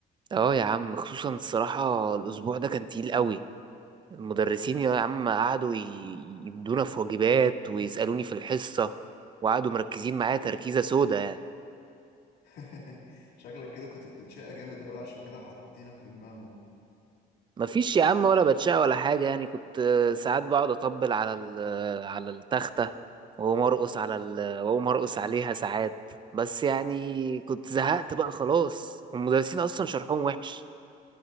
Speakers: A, on the right; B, on the left.
A: اه يا عم خصوصا الصراحة الاسبوع ده كان تقيل قوي المدرسين يا عم قعدوا ي- يدونا في واجبات ويسألوني في الحصة وقعدوا مركزين معايا تركيزة سودا يعني
B: <laughs> شكلك كده كنت بتتشقى جامد قوي عشان كده حاطينك في دماغه
A: مفيش يا عم ولا بتشقى ولا حاجة يعني كنت آه، ساعات بقعد اطبل على ال- على التختة واقوم ارقص على ال- واقوم ارقص عليها ساعات بس يعني كنت زهقت بقى خلاص والمدرسين اصلا شرحهم وحش